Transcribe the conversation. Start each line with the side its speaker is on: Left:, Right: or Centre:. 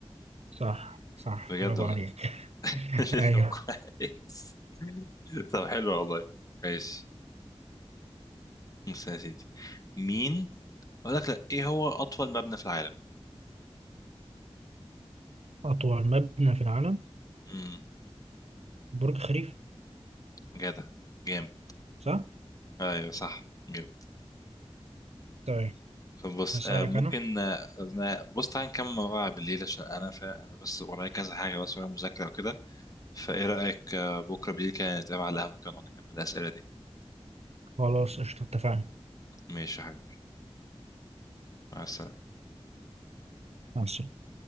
Right: صح صح
Left: بجد
Right: برافو
Left: والله
Right: عليك <laughs>
Left: <laughs>
Right: ايوه
Left: طب كويس طب حلو والله ماشي بص يا سيدي مين اقول لك لا ايه هو اطول مبنى في العالم
Right: اطول مبنى في العالم
Left: امم
Right: برج خليفة
Left: جدع جامد
Right: صح؟
Left: ايوه صح جامد
Right: طيب
Left: طب بص
Right: هسألك
Left: آه ممكن
Right: انا
Left: آه أنا- بص تعالى نكمل موضوع بالليل عشان انا فا انا بس ورايا كذا حاجه بس ورايا مذاكره وكده فايه رايك آه بكره بالليل كده نتقابل على القهوه كده ونقعد نكمل الاسئله دي
Right: خلاص قشطة اتفقنا
Left: ماشي يا حبيبي مع السلامه
Right: مع السلامة.